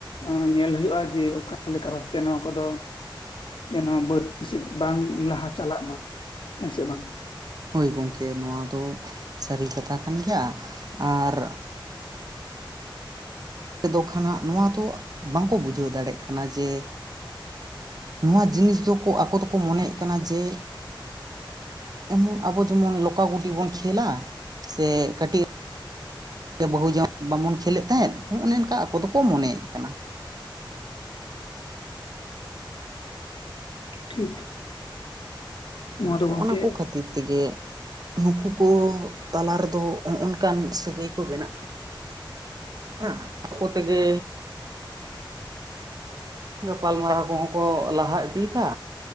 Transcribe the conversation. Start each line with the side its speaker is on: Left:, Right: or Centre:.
Left: ᱚᱸ ᱧᱮᱞ ᱦᱩᱭᱩᱜᱼᱟ ᱡᱮ ᱚᱠᱟ ᱞᱮᱠᱟ ᱵᱷᱟᱵᱽᱛᱮ ᱱᱚᱣᱟ ᱠᱚᱫᱚ ᱮᱱ ᱦᱚᱸ ᱵᱟᱹᱲᱛᱤ ᱥᱮᱫ ᱵᱟᱝ ᱞᱟᱦᱟ ᱪᱟᱞᱟᱜ ᱢᱟ᱾ ᱦᱮᱸ ᱥᱮ ᱵᱟᱝ?
Right: ᱦᱳᱭ ᱜᱚᱢᱠᱮ ᱱᱚᱣᱟ ᱫᱚ ᱥᱟᱹᱨᱤ ᱠᱟᱛᱷᱟ ᱠᱟᱱ ᱜᱮᱭᱟ, ᱟᱨ ᱛᱮᱫᱚ ᱠᱷᱟᱱ ᱦᱟᱸᱜ ᱱᱚᱣᱟ ᱫᱚ ᱵᱟᱝᱠᱚ ᱵᱩᱡᱷᱟᱹᱣ ᱫᱟᱲᱮᱜ ᱠᱟᱱᱟ ᱡᱮ ᱱᱚᱣᱟ ᱡᱤᱱᱤᱥ ᱫᱚᱠᱚ ᱟᱠᱚ ᱫᱚᱠᱚ ᱢᱚᱱᱮᱭᱮᱜ ᱠᱟᱱᱟ ᱡᱮ, ᱮᱢᱚᱱ ᱟᱵᱚ ᱡᱮᱢᱚᱱ ᱞᱚᱠᱟ ᱜᱩᱴᱤ ᱵᱚᱱ ᱠᱷᱮᱞᱟ, ᱥᱮ ᱠᱟᱹᱴᱤᱜ ᱵᱟᱹᱦᱩ ᱡᱟᱣᱟᱸ ᱵᱟᱵᱚᱱ ᱠᱷᱮᱞᱮᱜ ᱛᱟᱦᱮᱸᱜ ᱚᱱᱮ ᱚᱝᱠᱟ ᱟᱠᱚ ᱫᱚᱠᱚ ᱢᱚᱱᱮᱭᱮᱜ ᱠᱟᱱᱟ᱾
Left: ᱴᱷᱤᱠ,
Right: ᱦᱳᱭ
Left: ᱱᱚᱣᱟ ᱫᱚ
Right: ᱦᱚᱸᱜᱼᱱᱟ
Left: ᱜᱚᱝᱠᱮ
Right: ᱠᱚ ᱠᱷᱟᱹᱛᱤᱨ ᱛᱮᱜᱮ ᱱᱩᱠᱩ ᱠᱚ ᱛᱟᱞᱟ ᱨᱮᱫᱚ ᱦᱚᱸᱜᱼ ᱱᱚᱝᱠᱟᱱ ᱥᱟᱹᱜᱟᱹᱭ ᱠᱚ ᱵᱮᱱᱟᱜ ᱠᱟᱱᱟ᱾ ᱟᱠᱚ ᱛᱮᱜᱮ ᱜᱟᱯᱟᱞᱢᱟᱨᱟᱣ ᱠᱚᱦᱚᱸ ᱠᱚ ᱞᱟᱦᱟ ᱤᱫᱤ ᱫᱟ᱾